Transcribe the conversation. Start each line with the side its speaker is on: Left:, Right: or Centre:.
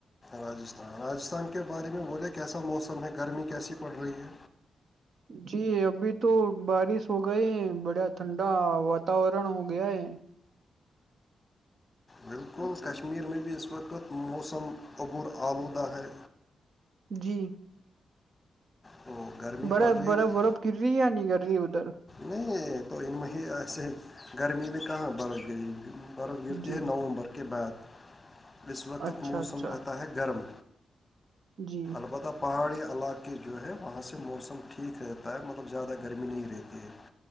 Left: راجستھان راجستھان کے بارے میں بولے کیسا موسم ہے گرمی کیسی پڑ رہی ہے
Right: جی ابھی تو بارش ہو گئے ہیں بڑا ٹھنڈا واتاورن ہو گیا ہے
Left: بالکل کشمیر میں بھی اس وقت موسم عبور آلودہ ہے
Right: جی
Left: تو گرمی
Right: برف
Left: پڑ رہی
Right: برف
Left: تھی
Right: برف کرر رہی یا نہیں کر رہی ادھر
Left: نہیں تو ان میں ہی ایسے گرمی میں کہاں برف گئی برف گرتی
Right: جی
Left: ہے نومبر کے بعد اس وقت
Right: اچھا
Left: موسم
Right: اچھا
Left: رہتا ہے گرم
Right: جی
Left: البتہ پہاڑی علاقے جو ہے وہاں سے موسم ٹھیک رہتا ہے مطلب زیادہ گرمی نہیں رہتی ہے